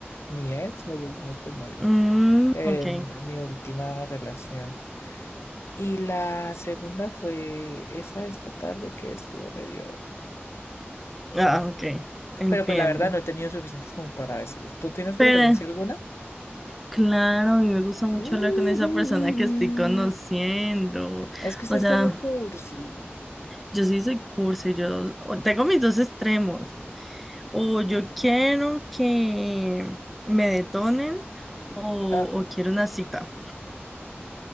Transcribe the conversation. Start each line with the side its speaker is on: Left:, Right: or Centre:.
Left: mi ex, nos volvimos pues novios
Centre: Mm,
Left: en
Centre: ok.
Left: mi última relación. Y la segunda fue esa esta tarde que estuvo medio...
Centre: Ah, ok. Entiendo.
Left: Pero pues la verdad no he tenido suficientes como para decir. ¿Tú tienes preferencia
Centre: Pero,
Left: alguna?
Centre: claro, a mí me gusta mucho
Left: <laughs>
Centre: hablar con esa persona que estoy conociendo.
Left: Es que usted
Centre: O
Left: es
Centre: sea,
Left: todo cursi.
Centre: yo sí soy cursi, yo o- tengo mis dos extremos. O yo quiero que me detonen o,
Left: Ah,
Centre: o quiero una cita.